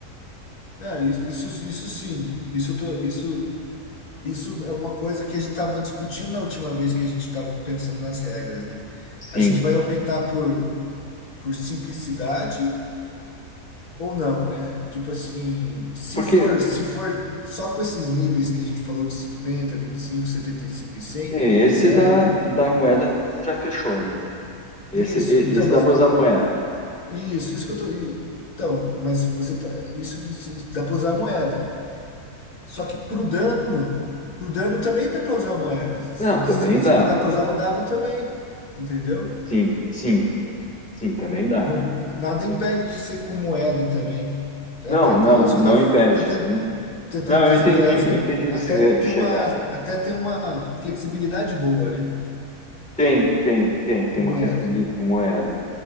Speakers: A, on the left; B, in the centre.
A: Não, isso, isso, isso sim. Isso, eu tô, isso, isso é uma coisa que a gente estava discutindo na última vez que a gente estava pensando nas regras, né?
B: Sim.
A: A gente vai optar por, por simplicidade ou não, né? Tipo assim, se
B: Porque
A: for, se for só com esses níveis que a gente falou de cinquenta vinte e cinco setenta e 100 e cem
B: esse
A: e zero,
B: da, da moeda já fechou, né? Esse,
A: isso.
B: e-
A: Então,
B: esse
A: mas
B: dá para usar moeda.
A: isso, isso que eu tô. Então, mas você tá. Isso, isso dá para usar a moeda. Só que pro dano, pro dano também dá para usar a moeda. Se-
B: Não, também
A: se- Só
B: dá.
A: que dá para usar o dado também, entendeu?
B: Sim, sim, sim, também dá.
A: Não- nada impede de ser com moeda também. Até,
B: Não,
A: até-
B: não,
A: é isso
B: não
A: que eu tô
B: impede.
A: tentando, tentando
B: Não,
A: dizer
B: eu entendi,
A: que as-
B: eu entendi
A: até
B: onde você quer
A: tem
B: chegar.
A: uma, até tem uma flexibilidade boa, né?
B: Tem, tem, tem, tem
A: Com
B: uma
A: moeda.
B: flexibilidade com moeda.